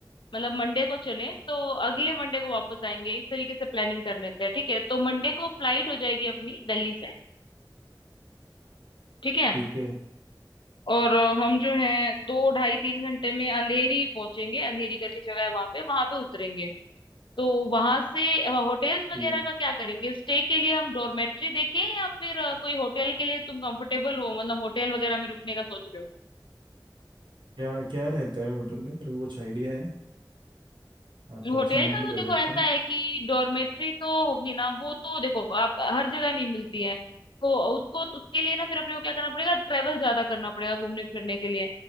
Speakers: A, on the left; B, on the right.
A: मतलब मंडे को चलें तो अगले मंडे को वापस आएंगे इस तरीके से प्लानिंग कर लेते हैं ठीक है तो मंडे को फ्लाइट हो जाएगी अपनी दिल्ली से ठीक है
B: ठीक
A: और अ, हम जो है दो ढाई तीन घंटे में अंधेरी पहुंचेंगे अंधेरी करके जगह है वहां पे वहां पे उतरेंगे तो वहां से होटल्स वगैरह
B: है
A: का क्या करेंगे स्टे के लिए हम डॉर्मेट्री देखें या फिर अ, कोई होटल के लिए तुम कंफर्टेबल हो मतलब होटल वगैरह में रुकने का सोच रहे हो
B: क्या क्या रहता है होटल का तेरे को कुछ आइडिया है अप्रोक्सीमेटली
A: होटल का तो देखो
B: बजट
A: ऐसा
B: का
A: है कि डॉर्मेट्री तो होगी ना वो तो देखो आप हर जगह नहीं मिलती है तो उसको तो उसके लिए ना फिर अपने को क्या करना पड़ेगा ट्रेवल ज्यादा करना पड़ेगा घूमने फिरने के लिए